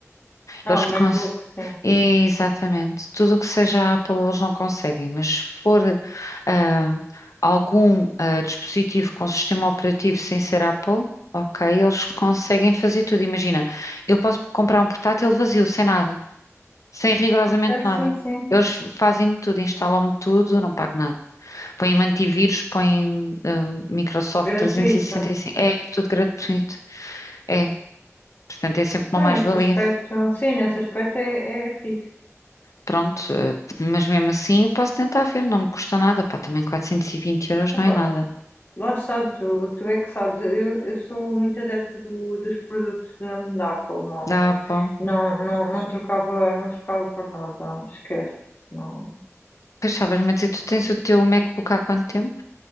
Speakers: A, on the left; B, on the left.
A: Ah,
B: Eles
A: o MacBook,
B: cons...
A: sim.
B: Exatamente. Tudo o que seja Apple eles não conseguem, mas se for ah, algum ah, dispositivo com sistema operativo sem ser Apple, ok, eles conseguem fazer tudo. Imagina, eu posso comprar um portátil vazio, sem nada, sem rigorosamente
A: É,
B: nada.
A: sim, sim.
B: Eles fazem-me tudo, instalam-me tudo, não pago nada. Põem-me antivírus, põem-me ah, Microsoft
A: Gratuito.
B: 365. É tudo gratuito. É, portanto, é sempre uma
A: Ah,
B: mais-valia.
A: nesse aspecto, sim, nesse aspecto é, é fixe.
B: Pronto, eh, mas mesmo assim eu posso tentar ver, não me custa nada, pá, também 420 euros não
A: Epá,
B: é nada.
A: Lá está, tu, tu é que sabes. Eu, eu sou muito adepta do- dos produtos da, da Apple, não,
B: Dá, pá.
A: não, não, não trocava, não trocava por nada, esquece. Não.
B: Pois estavas-me a dizer, tu tens o teu MacBook há quanto tempo?